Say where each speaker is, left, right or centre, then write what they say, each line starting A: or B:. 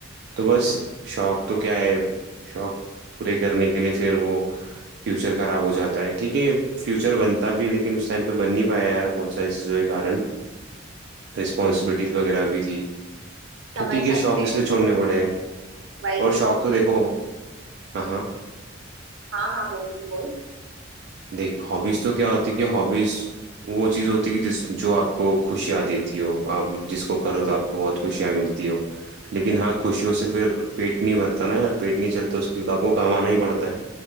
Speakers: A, on the right; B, on the right.
A: तो बस शौक तो क्या है शौक पूरे करने के लिए फिर वो फ्यूचर खराब हो जाता है ठीक है फ्यूचर बनता भी है लेकिन उस टाइम पे बन नहीं पाया यार बहुत सारी चीज़ों के कारण रिस्पॉन्सिबिलिटीज वगैरह भी थी तो
B: समझ
A: ठीक है
B: सकते
A: शौक इसलिए
B: हैं
A: छोड़ने पड़े हैं
B: वही
A: और शौक तो देखो हाँ हाँ
B: हाँ हाँ बोल तू बोल
A: देख हॉबीज तो क्या होती है कि हॉबीज वो चीज़ होती है कि जिस जो आपको खुशियाँ देती हो आप जिसको करो तो आपको बहुत खुशियाँ मिलती हो लेकिन हाँ खुशियों से फिर पेट नहीं भरता ना यार पेट नहीं चलता उसके लिए तो आपको कमाना ही पड़ता है